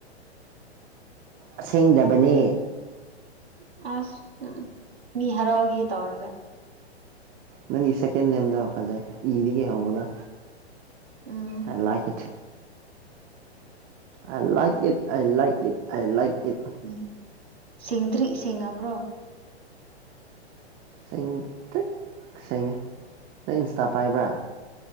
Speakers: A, on the right; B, on the right.
A: ꯑꯁꯦꯡꯗꯕꯅꯦ
B: ꯑꯁ ꯃꯤ ꯍꯔꯥꯎꯒꯦ ꯇꯧꯔꯒ
A: ꯅꯪꯒꯤ ꯁꯦꯀꯦꯟ ꯅꯦꯝꯗꯣ ꯐꯖꯩ ꯏꯗꯤ ꯀꯩ ꯍꯧꯕꯗꯣ
B: ꯎꯝ
A: ꯑꯥꯢ ꯂꯥꯏꯛ ꯏꯠ ꯑ ꯂꯥꯏꯛ ꯏꯠ ꯑ ꯂꯥꯏꯛ ꯏꯠ ꯑ ꯂꯥꯏꯛ ꯏꯠ
B: ꯎꯝ ꯁꯦꯡꯗ꯭ꯔꯤ ꯁꯦꯡꯉꯕ꯭ꯔꯣ
A: ꯁꯦꯡꯇ꯭ꯔꯤꯛ ꯁꯦꯡꯉꯦ ꯅꯪ ꯏꯟꯁꯇꯥ ꯄꯥꯏꯕ꯭ꯔꯥ